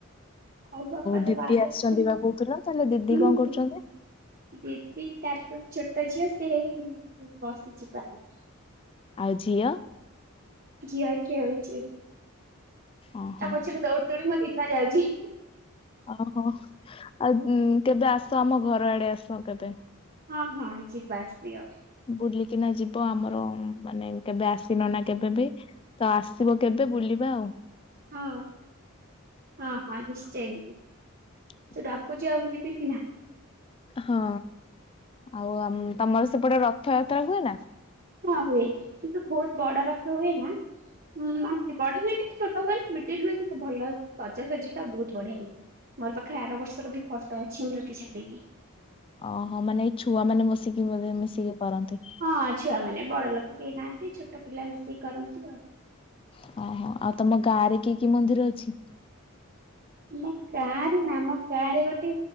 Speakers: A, on the right; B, on the left.
A: ଆଉ ବାପା
B: ଦିଦି
A: ତ ବାହାରେ
B: ଆସିଛନ୍ତି
A: ଅଛନ୍ତି
B: ବା କହୁଥିଲ ତାହେଲେ ଦିଦି
A: ହୁଁ
B: କଣ କରୁଛନ୍ତି
A: ହୁଁ। ଦିଦି ତା ଟ ଛୋଟ ଝିଅ ସେଇ ବସିଛି ପାଖରେ।
B: ଆଉ ଝିଅ?
A: ଝିଅ ଏ କେଳୁଛି।
B: ଓହୋ।
A: ତା ପଛରେ ଦୌଡି ଦୌଡି ମୋ ଦିନ ଯାଉଚି।
B: ଅ ହ ଆଉ କେବେ ଆସ ଆମ ଘର ଆଡେ ଆସ କେବେ।
A: ହଁ ହଁ ଯିବା ସିଓର।
B: ବୁଲିକିନା ଯିବ ଆମର ମାନେ କେବେ ଆସିନ ନା କେବେ ବି। ତ ଆସିବ କେବେ ବୁଲିବା ଆଉ।
A: ହଁ ହଁ ହଁ ନିଶ୍ଚୟ ଯିବି।
B: ହ <inaudible>
A: ସେ ଡାକୁଚି ଆ ମୁଁ ଯିବିନି ନା।
B: ହଁ ଆଉ ତମର ସେପଟେ ରଥଯାତ୍ରା ହୁଏ ନା?
A: ହଁ ହୁଏ କିନ୍ତୁ ବହୁତୁ ବଡ ରଥ ହୁଏ ନା। ହୁଁ ମାନେ ବଢ ହୁଏନିକି ଛୋଟ ହୁଏନି ମିଡିଲି ହୁଏ କିନ୍ତୁ ଭଲ ସଜା ସଜି ଟା ବହୁତୁ ବଢ଼ିଆ ହୁଏ। ମୋର ପାଖରେ ଆର ବର୍ଷର ବି ଫର୍ଟ ଅଛି ମୁଁ ତତେ ଛାଡିଦେବି।
B: ଅ ହ ମାନେ ଛୁଆ ମାନେ ବସିକିବୋଧେ ମିଶିକି କରନ୍ତି।
A: ହଁ ଛୁଆମାନେ ବଡ ଲୋକ କେହି ନାହାନ୍ତି ଛୋଟ ପିଲା ମିଶିକି କରନ୍ତି ଆଉ।
B: ହଁ ହଁ ଆଉ ତମ ଗାଁ ରେ କି କି ମନ୍ଦିର ଅଛି?
A: ଆମ ଗାଁରେ ନା ଆମ ଗାଁ ରେ ଗୋଟେ